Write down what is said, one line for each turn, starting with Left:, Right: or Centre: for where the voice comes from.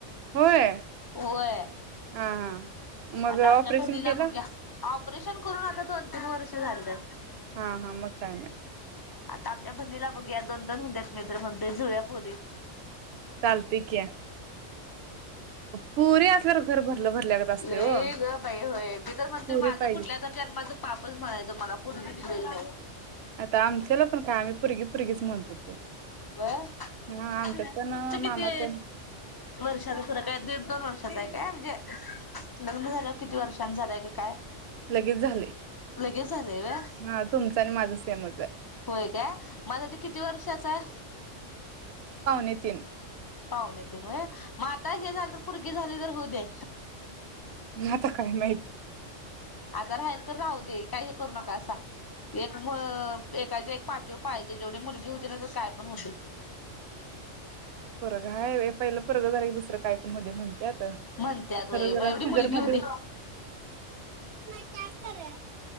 Right: होय
Left: होय
Right: हा हा मग
Left: आता
Right: ऑपरेशन
Left: आमच्या बहिणीला
Right: केलं
Left: बघूया ऑपरेशन करून आता दोन तीन वर्ष झालं
Right: हा हा म काय ना
Left: आता आमच्या भहिणीला बघूया दोन दोन होत्यात मित्र म्हणते जुळ्यापोरी
Right: चालतंय की पुरी असल्यावर घर भरलं भरल्यागत असतय
Left: लई
Right: ओ
Left: ग बाई होय मी तर म्हणते
Right: पुरी
Left: माझं
Right: पाहिजे
Left: कुठल्या तर जन्माचं पापच म्हणायचं मला पोरगी दिलेल नाही
Right: आता आमच्याला पण काय आम्ही पोरगी पोरगीच म्हणत होतो
Left: <inaudible> तुमचं
Right: हा आमच्यात पण
Left: किती
Right: मामाच्या
Left: वर्षाने सुर काय दीड दोन वर्ष का म्हणजे लग्न झाल्यावर किती वर्षां नंतर झालंय का काय
Right: लगेच झालंय
Left: लगेच झालंय व्हय
Right: हा तुमचं आणि माझ सेमच झालय
Left: होय काय माझ ते किती वर्षाचा हाय
Right: नितीन
Left: पावणेतीन होय मग आता हे झालं पोरगी झाली तर होऊ दे
Right: आता काय माहित
Left: आता राहिल तर राहू दे काही हे करू नकासा एक एकाच्या एक पाठीवर पाहिजे जेवढी मुलगी हो दे नाहीतर काय पण होऊ दे
Right: पोरग हाय व्हय पहिलं पोरग झाल दुसरं काय पण होउदे म्हणत्यात
Left: म्हणतत
Right: खरं
Left: वय मग
Right: जरा
Left: एवढी
Right: सिजर
Left: मुलगी
Right: मध्ये
Left: हुदे.
Right: टास्क र.